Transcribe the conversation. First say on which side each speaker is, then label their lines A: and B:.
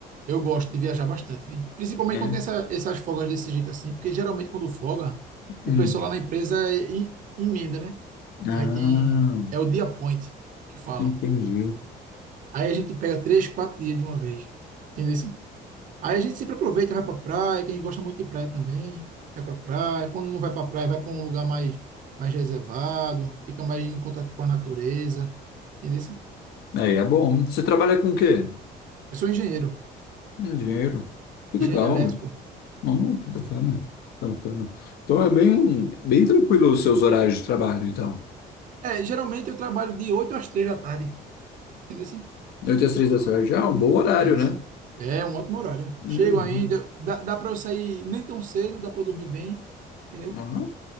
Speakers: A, on the right; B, on the left.
A: Eu gosto de viajar bastante, vi. Principalmente
B: É.
A: quando tem essa- essas folgas desse jeito assim, porque geralmente quando folga,
B: Hum.
A: o pessoal lá na empresa é em- emenda, né?
B: Ah,
A: Aí tem, é o dia point que falam.
B: entendi.
A: Aí a gente pega três, quatro dias de uma vez. Entendeu? assim? Aí a gente sempre aproveita, vai pra praia, quem gosta muito de praia também, vai pra praia. Quando não vai pra praia, vai pra um lugar mais, mais reservado, fica mais em contato com a natureza. Entendeu? assim?
B: Aí é bom. Você trabalha com o quê?
A: Eu sou engenheiro,
B: Hum, Dinheiro. Que legal.
A: engenheiro elétrico.
B: Oh, que bacana. Que bacana. Então é bem, bem tranquilo os seus horários de trabalho, então.
A: É, geralmente eu trabalho de 8 às 3 da tarde. Entendeu? assim?
B: oito às três da tarde, ah, um bom horário,
A: Isso.
B: né?
A: É um ótimo horário.
B: Uhum.
A: Chego ainda, dá, dá para eu sair nem tão cedo, dá para eu dormir bem, entendeu?
B: Aham.